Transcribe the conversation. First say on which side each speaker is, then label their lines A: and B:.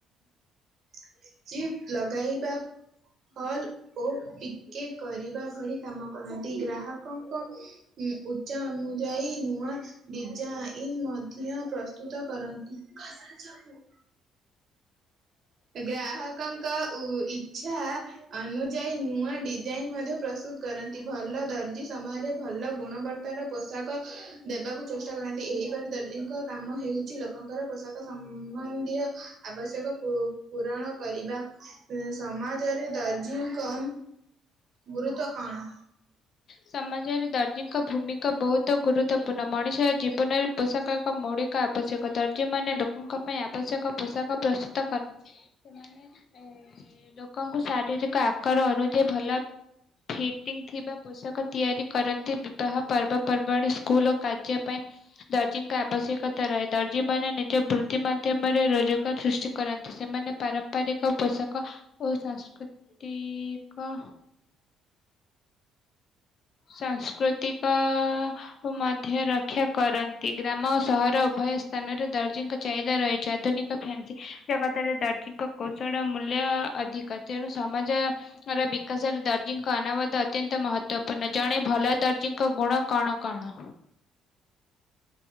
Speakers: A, on the right; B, on the left.
A: <unintelligible> ଲଗାଇବା ହଲ ଓ ପିକେ କରିବା ଭଳି କାମ କରନ୍ତି ଗ୍ରାହକଙ୍କ ଉଁ ଉଚ୍ଚା ଅନୁଯାୟୀ ନୂଆ ଦିଯ୍ୟ ଇଂ ମଧ୍ୟ ପ୍ରସ୍ତୁତ କରନ୍ତି <unintelligible> ଗ୍ରାହକଙ୍କ ଉ ଇଚ୍ଛା ଅନୁଯାୟୀ ନୂଆ ଡିଜାଇନ ମଧ୍ୟ ପ୍ରସ୍ତୁତ କରନ୍ତି ଭଲ ଦର୍ଜି ସମୟରେ ଭଲ ଗୁଣବର୍ତ୍ ପୋଷାକ ଦେବାକୁ ଚେଷ୍ଟା କରନ୍ତି ଏହିପରି ଦୈଙ୍କ କାମ ହେଉଛି ଲ ଲୋକଙ୍କର ପୋଷାକ ସମ୍ବନ୍ଧୀୟ ଆବଶ୍ୟକ କୁ ପୂରଣ କରିବା ସମାଜରେ ଦର୍ଜଙ୍କ ଗୁରୁତ୍ୱ କଣ?
B: ସମାଜରେ ଦର୍ଜଙ୍କ ଭୂମିକା ବହୁତ ଗୁରୁତ୍ୱପୂର୍ଣ୍ଣ ମଣିଷର ଜୀବନରେ ପୋଷାକ ମୌଳିକ ଆବଶ୍ୟକ ଦର୍ଜ ମାନ ଲୋକଙ୍କ ପାଇଁ ଆବଶ୍ୟକ ପୋଷାକ ପ୍ରସ୍ତୁତ କରନ୍ତି। ସେମାନେ ଲୋକଙ୍କୁ ଶାରୀରିକ ଆକାର ଅନୁଯାୟୀ ଭଲ ଫିଟିଙ୍ଗ ଥିବା ପୋଷାକ ତିଆରି କରନ୍ତି ବିବାହ ପର୍ବପର୍ବାଣି ସ୍କୁଲ ଓ କାର୍ଯ୍ୟ ପାଇଁ ଆବଶ୍ୟକତା ରହେ ଦର୍ଜି ମାନେ ନିଜ ବୃତ୍ତି ମାଧ୍ୟମରେ ରୋଜଗାର ସୃଷ୍ଟି କରନ୍ତି। ସେମାନେ ପାରମ୍ପରିକ ପୋଷାକ ଓ ସାଂସ୍କୃତିକ ସାଂସ୍କୃତିକ ମଧ୍ୟ ରକ୍ଷା କରନ୍ତି ଗ୍ରାମ ଓ ସହର ଉଭୟ ସ୍ଥାନରେ ଦର୍ଜିଙ୍କ ଚାହିଦା ରହିଛି ଆଧୁନିକ ଫ୍ୟାନ୍ସି ଜଗତରେ ଦର୍ଜଙ୍କ କୌଶଳ ମୂଲ୍ୟ ଅଧିକ ତେଣୁ ସମାଜ ବିକାଶରେ ଦର୍ଜଙ୍କ ଅନାବାଧ ଅତ୍ୟନ୍ତ ମହତଵ। ତ ନ ଜଣେ ଭଲ ଦାର୍ଜୀଙ୍କ ଗୁଣ କଣ କଣ?